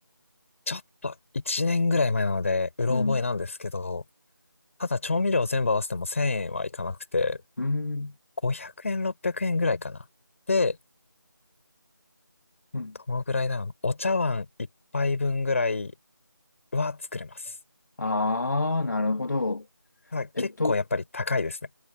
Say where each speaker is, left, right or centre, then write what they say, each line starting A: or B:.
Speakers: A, on the left; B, on the left.
A: ちょっと1年ぐらい前なので、うろ覚えなんですけど、
B: うん。
A: ただ調味料全部合わせても1000円はいかなくて、
B: うん。
A: 500円、600円ぐらいかな。で、
B: うん。
A: どのぐらいだろうな。お茶碗一杯分ぐらいは作れます。
B: ああ、なるほど。
A: ただ結構やっぱり高いですね。
B: えっと、